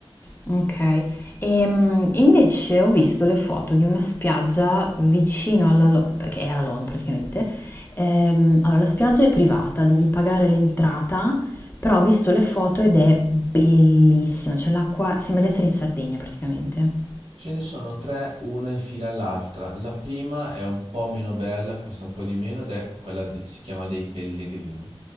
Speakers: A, on the left; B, on the right.
A: Okay. Ehm, invece ho visto le foto di una spiaggia vicino alla Lo- che è alla Lon praticamente. Ehm, allora, la spiaggia è privata, devi pagare l'entrata, però ho visto le foto ed è bellissima, cioè l'acqua sembra di essere in Sardegna praticamente.
B: Ce ne sono tre, una in fila all'altra. La prima è un po' meno bella, costa un po' di meno ed è quella, di- si chiama dei Pellegrini.